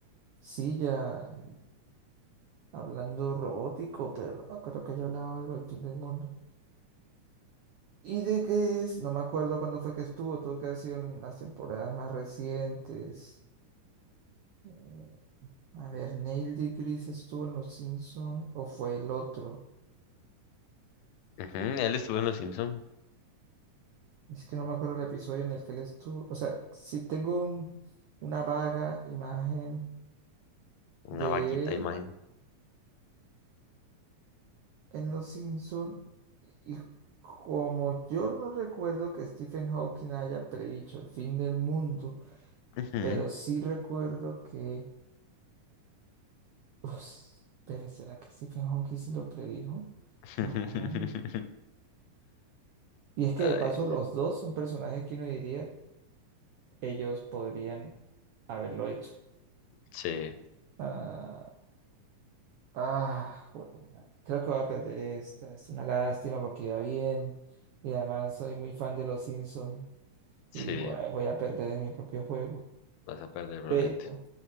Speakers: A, on the right (about 80°); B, on the left (about 85°).
A: silla hablando robótico, pero no me acuerdo que haya hablado algo del fin del mundo. Y de Gris, no me acuerdo cuándo fue que estuvo, tuvo que haber sido en las temporadas más recientes. Mm, A ver, Neil de Gris estuvo en Los Simpsons o fue el otro.
B: Ujú, Él estuvo en Los Simpson.
A: Es que no me acuerdo el episodio en el que él estuvo. O sea, si tengo un- una vaga imagen de
B: Una vaguita
A: él
B: imagen.
A: en Los Simpsons y como yo no recuerdo que Stephen Hawking haya predicho el fin del mundo,
B: Ujú.
A: pero sí recuerdo que Ups, pero ¿será que Stephen Hawking sí lo predijo?
B: <laughs>
A: No. Y es que
B: Ay,
A: de paso los dos son personajes que uno diría ellos podrían haberlo hecho.
B: sí,
A: Ah, ah, jue- creo que voy a perder esta. Es una lástima porque iba bien. Y además soy muy fan de los Simpsons
B: sí.
A: y voy a voy a perder en mi propio juego.
B: Vas a perder probablemente.
A: Pero,